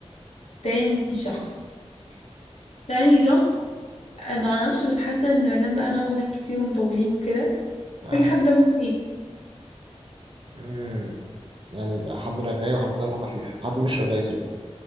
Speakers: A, on the left (about 75°); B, on the right (about 50°).
A: تاني شخص تاني شخص آه، ما اعرفش بس حاسه ان مادام بقى هنقعد هناك كتير ومطولين وكده محتاجين
B: آه.
A: حد دمه خفيف
B: مم. يعني يبقى حد رغاي وحد دمه خفيف حد مش رغاي صراحة